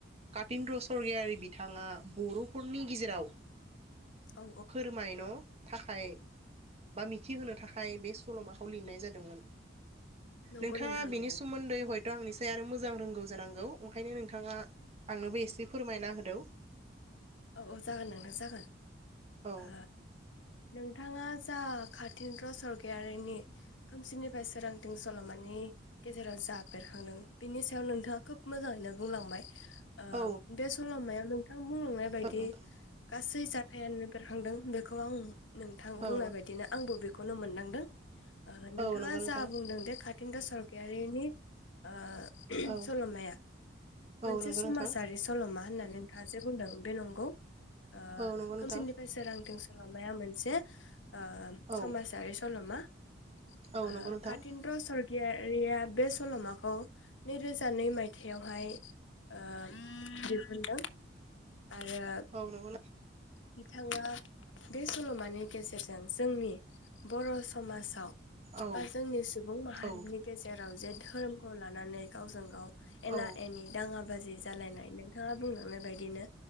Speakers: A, on the right (about 35°); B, on the left (about 80°).
A: कातिन्द्र सरगियारि बिथाङा बर'फोरनि गेजेराव
B: औ
A: फोरमायन' थाखाय बा मिथिहोनो थाखाय बे सल'माखौ लिरनाय जादोंमोन।
B: औ
A: नोंथाङा
B: नंगौ नोंथां
A: बिनि
B: नंगौ
A: सोमोन्दै हयथ थ' आंनिसाय आरो मोजां रोंगौ जानांगौ ओंखायनो नोंथाङा आंनोबो
B: औ
A: एसे फोरमायना होद दौ
B: औ औ जागोन नोंथां जागोन
A: औ
B: ओ नोंथाङा जा कातीन्द्र सरगायारिनि खोमसिनिफ्राय सोरांथिं सल'मानि गेजेराव जा बेरखांदों बिनि सायाव नोंथाङा खोब मोजाङैनो बुंलांबाय। ओ
A: औ
B: बे सल'मायाव नोंथां बुंलांनाय बायद
A: औ
B: दि
A: नोंथां
B: गासै सै जाथायानो बेरखांदों बेखौ आं नोंथां
A: औ
B: बुंनाय बायदिनो आंबो बे खौनो मोनदांदों। नोंथाङा
A: औ नंगौ नोंथां
B: जा बुंदों दे खा तिन्द्र सरगयारिनि ओ
A: औ
B: सल'माया
A: औ
B: मोनसे
A: नंगौ
B: समाजारि
A: नोंथां
B: सल'मा होननानै नोंथाङा जे बुंदों। बे नोंगौ। ओ
A: औ नंगौ
B: खोमसिनिफाय
A: नोंथां
B: सोरांथिं लमाया मोनसे ओ
A: औ
B: समाजारि सल'मा। ओ
A: औ नंगौ नोंथां
B: कातिन्द्र सर गियारिया बे सल'माखौ नैरोजा नै मायथाइयावहाय ओ दिहुनदों। आरो
A: औ नंगौ
B: बिथाङा बे सल'मानि गेजेरजों जोंनि बर' स समाजाव
A: औ
B: बा जोंनि सुबुं माहारिनि
A: औ
B: गेजेराव जे धोरोमखौ लानानै गावजों गाव एना
A: औ
B: एनि दाङा बाजि जालायनाय नोंथाङा बुंलांनाय बायदिनो।